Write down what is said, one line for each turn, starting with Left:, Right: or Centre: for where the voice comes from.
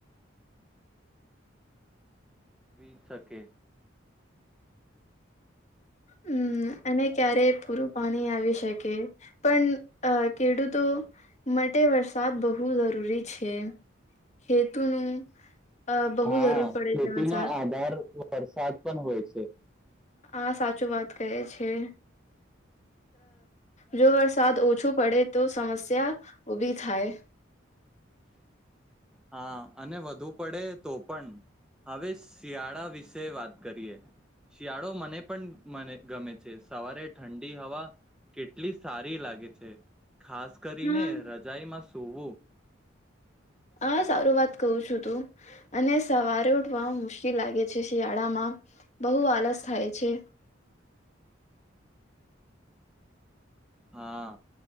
Centre: વિ શકે.
Left: હમ્મ અને ક્યારે. પૂરું પાણી આવી શકે પણ ખેડૂતો માટે વરસાદ બહુ જરૂરી છે, ખેતુનું. અ, બહુ
Centre: હા
Left: જરૂર પડે
Centre: ખેતીનો
Left: છે વરસાદ
Centre: આધાર વરસાદ પણ હોય છે.
Left: આ સાચું વાત કહે છે, જો વરસાદ ઓછું પડે તો સમસ્યા ઉભી થાય.
Centre: હા અને વધુ પડે તો પણ. હવે શિયાળા વિશે વાત કરીએ. શિયાળો મને પણ મને ગમે છે સવારે ઠંડી હવા કેટલી સારી લાગે છે. ખાસ કરીને
Left: હા
Centre: રજાઈમાં શ <unintelligible>
Left: આ સારું વાત કહું છો તું, અને સવારે ઉઠવા મુશ્કિલ લાગે છે શિયાળામાં, બહુ આલસ થાય છે.
Centre: હા